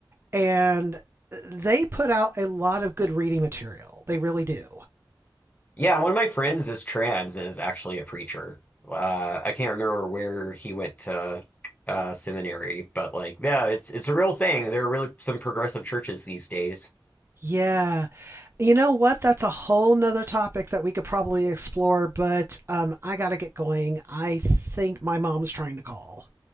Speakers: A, on the right; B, on the left.
A: and they put out a lot of good reading material. They really do.
B: yeah. One of my friends is trans and is actually a preacher. Uh, I can't remember where he went to uh, seminary, but like, yeah, it's it's a real thing. There are really some progressive churches these days.
A: Yeah. You know what? That's a whole nother topic that we could probably explore, but um, I got to get going. I think my mom's trying to call.